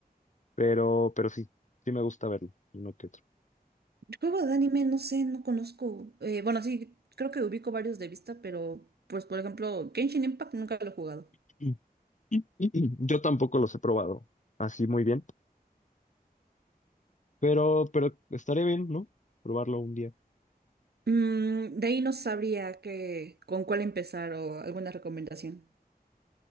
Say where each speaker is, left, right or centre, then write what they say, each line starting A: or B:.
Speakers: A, on the left (about 50°); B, on the right (about 85°).
A: pero, pero sí, sí me gusta verlo, uno que otro.
B: Juego de anime, no sé, no conozco. Eh, bueno, sí, creo que ubico varios de vista, pero pues por ejemplo, Genshin Impact nunca lo he jugado.
A: <clears throat> Y- y- y- Yo tampoco los he probado así muy bien, pero, pero estaré bien, ¿no? Probarlo un día.
B: Mm, de ahí no sabría qué, con cuál empezar o alguna recomendación.